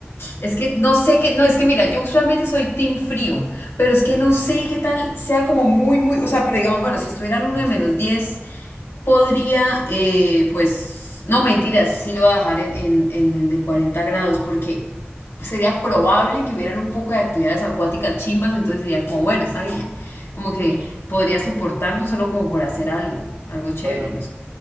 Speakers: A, on the left; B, on the right.
A: Es que no sé qué, no, es que mira, yo usualmente soy team frío, pero es que no
B: mm,
A: sé qué tal sea como muy, muy, o sea, pero digamos, bueno, si estuvieran uno de menos 10 podría, eh, pues, no mentiras, sí lo voy a dejar en, en, en el de 40 grados, porque sería probable que hubieran un poco de actividades acuáticas chimbas, entonces diría como, bueno, está bien, como que
B: mm.
A: podría soportarlo solo como por hacer algo, algo chévere,
B: Bueno,
A: no sé.